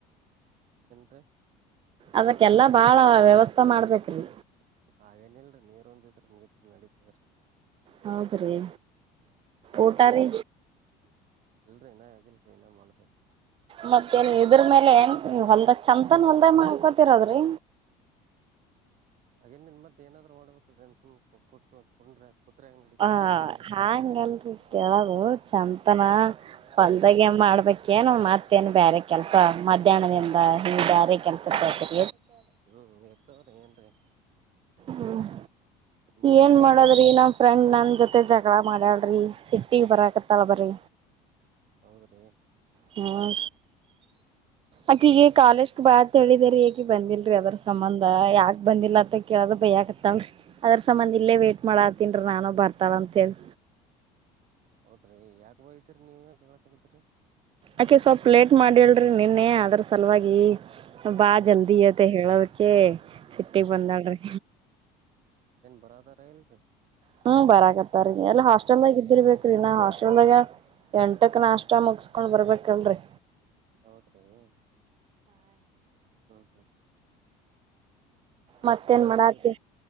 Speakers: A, on the right; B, on the right.
A: ಏನ್ರಿ
B: ಅದಕ್ಕೆಲ್ಲಾ ಬಾಳ ವ್ಯವಸ್ಥೆ ಮಾಡ್ಬೇಕ್ರಿ.
A: ಆಗೇನಿಲ್ರಿ ನೀರೊಂದಿದ್ರ ಮುಗಿತ್ರಿ ನಡೀತದರಿ.
B: ಹೌದ್ರಿ ಊಟಾರೀ.
A: ಇಲ್ರಿ ಇನ ಆಗಿಲ್ರಿ ಇನ್ನ ಮಾಡ್ಬೇಕ್.
B: ಮತ್ತೇನ್ ಇದರ್ ಮೇಲೆ ಏನ್ ಹೊಲ್ದ ಚಂತನ್ ಹೊಲ್ದೇ ಒಂದ್ ಮಾಡ್ಕೋತಿರದ್ರಿ.
A: ಹಾಗೇನ್ ನಿನ್ ಮತ್ ಏನಾದ್ರೂ ಮಾಡ್ಬೇಕಲ್ರಿ <unintelligible> ನಡೀತಾರ
B: ಹ
A: ಮನಿಯೊಳಗ
B: ಹಾಂಗಲ್ ಹೇಳೋದು ಚಂತನ ಹೊಲ್ದಾಗ
A: ಹ್ಮ್ ಹ್ಮ್
B: ಏನ್ ಮಾಡ್ಬೇಕೇನ ಮತ್ತ್ ಏನ್ ಬ್ಯಾರೆ ಕೆಲ್ಸ ಮಧ್ಯಾಹ್ನದಿಂದ ಹಿಂಗ್ ಬ್ಯಾರೆ ಕೆಲಸ <unintelligible>
A: ಹ್ಮ್ ಇರ್ತದರ್ಲ್ಯಾ ಏನ್ರೇ.
B: ಹ್ಮ್
A: ಮಾಡ್ಕೊತ
B: ಏನ್ ಮಾಡೋದ್ರಿ ನಮ್ಮ್ ಫ್ರೆಂಡ್ ನನ್ ಜೊತೆ ಜಗಳ ಮಾಡ್ಯಾಳರಿ ಸಿಟ್ಟಿ ಬರಕತ್ತಾಳ ಬರೇ.
A: ಹೌದ್ರಿ
B: ಹ್ಮ ಅಕ್ಕಿಗೆ ಕಾಲೇಜಕ್ ಬಾ ಅತ್ ಹೇಳಿದೇರಿ ಅಕ್ಕಿ ಬಂದಿಲ್ರರಿ ಅದರ್ ಸಂಬಂಧ ಯಾಕ ಬಂದಿಲ್ಲ ಅತ್ತ ಕೇಳದ ಭೈ ಆಕತ್ತಲ್ರಿ ಅದ್ರ ಸಂಬಂಧ ಇಲ್ಲೇ ವೇಟ್ ಮಾಡತ್ತನ್ರೀ ನಾನು ಬರ್ತಾಳ ಅಂತ ಹೇಳಿ.
A: ಹೌದ್ರಿ ಯಾಕ್ ಬಯಿತಿರಿ ನೀವ್ ಜಗಳ ತಗಿತಿರಿ.
B: ಅಕ್ಕಿ ಸ್ವಲ್ಪ್ ಲೇಟ್ ಮಾಡಿಳ್ರಿ ನಿನ್ನೆ ಅದ್ರ ಸಲುವಾಗಿ ಬಾ ಜಲ್ದಿ
A: ಹ್ಮ್
B: ಇವತ್
A: ಹ್ಮ್
B: ಹೇಳೋದಕ್ಕೆ ಸಿಟ್ಟಿಗೆ
A: ಹ್ಮ್
B: ಬಂದಾಳ್ರಿ.
A: ಬರಾವರ್ಧರ್ ಇಲ್ರಿ.
B: ಹ್ಮ್ ಬರಕತ್ತಾರೀ ಎಲ್ಲ
A: ಹ್ಮ್
B: ಹಾಸ್ಟೆಲ್ದಾಗ
A: ಹ್ಮ್
B: ಇದ್ದಿರ್ಬೇಕ್ರೀ ಇನ್ ಹಾಸ್ಟೆಲ್ದಾಗ ಎಂಟಕ್ ನಾಷ್ಟ ಮುಗಸ್ಕೊಂಡ್ ಬರ್ಬೇಕಲ್ರಿ.
A: ಹೌದ್ರಿ ಹ್ಮ್ ಹ್ಮ್.
B: ಮತ್ತೇನ್
A: ಅಲ್ಲಿ ನಿಮ್
B: ಮಾಡಾತಿ
A: ಡ